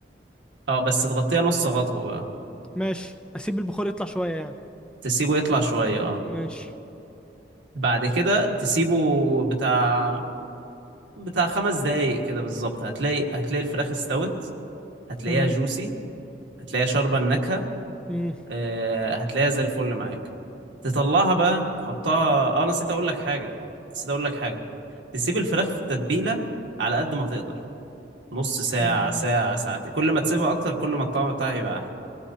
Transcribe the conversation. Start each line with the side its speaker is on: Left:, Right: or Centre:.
Right: اه بس تغطيها نص خطوة بقى
Centre: ماشي اسيب البخار يطلع شويه يعني
Right: تسيبه يطلع شوية اه
Centre: ماشي
Right: بعد كده تسيبه بتاع بتاع خمس دقايق كده بالظبط هتلاقي هتلاقي الفراخ استوت هتلاقيها
Centre: تمام
Right: جوسي هتلاقيها شاربة النكهة
Centre: امم
Right: آه، هتلاقيها زي الفل معاك تطلعها بقى تحطها اه نسيت اقول لك حاجة نسيت اقول لك حاجة تسيب الفراخ في التتبيلة على قد ما تقدر نص ساعة
Centre: أمم.
Right: ساعة ساعتين كل ما تسيبها اكتر كل ما الطعم بتاعها يبقى احلى